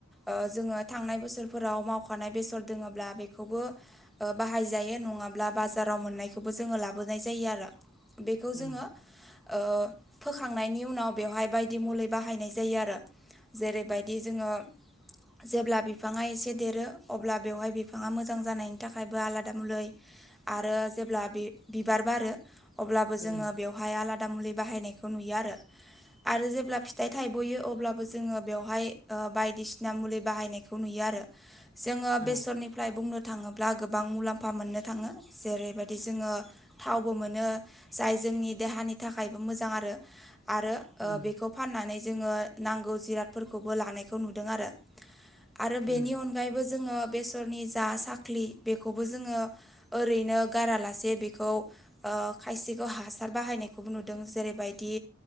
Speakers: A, in the centre; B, on the left.
A: ओ जोङो थांनाय बोसोरफोराव मावखानाय बेसर दोङोब्ला बेखौबो ओ बाहायजायो नङाब्ला बाजाराव मोननायखौबो जोङो लाबोनाय जायो आरो बेखौ
B: उम
A: जोङो ओ फोखांनायनि उनाव बेवहाय बायदि मुलि बाहायनाय जायो आरो जेरैबायदि जोङो जेब्ला बिफाङा एसे देरो अब्ला बेवहाय बिफाङा मोजां जानायनि थाखायबो आलादा मुलै आरो जेब्ला बि-बिबार बारो अब्लाबो
B: उम
A: जोङो बेयाव हाय आलादा मुलि बाहायनायखौ नुयो आरो। आरो जेब्ला फिथाइ थाइबयो अब्लाबो जोङो बेवहाय ओ बायदिसिना मुलि बाहायनाय खौ नुयो आरो जोङो
B: औ
A: बेसरनिफ्राय बुंनो थाङोब्ला गोबां मुलाम्फा मोननो थाङो। जेरैबायदि जोङो थावबो मोनो जाय जोंनि देहानि थाखायबो मोजां आरो। आरो ओ
B: उम
A: बेखौ फाननानै जोङो नांगौ जिरादफोरखौबो लानायखौ नुदों आरो आरो
B: उम
A: बेनि अनगायैबो जोङो बेसरनि जा साखलि बेखौबो जोङो ओरैनो गारालासे बेखौ ओ खायसेखौ हासार बाहायनायखौबो नुदों। जेरैबायदि